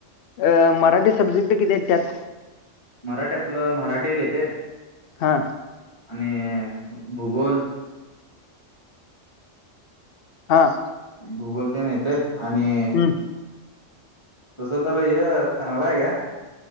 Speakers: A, on the left; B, on the left.
A: अ मराठी सब्जेक्ट किती आहेत त्यात
B: मराठी आपलं मराठी घेते
A: हां
B: आणि भूगोल
A: हा
B: भूगोलपन येते आणि
A: हं,
B: तसं तर ह चांगलं आहे का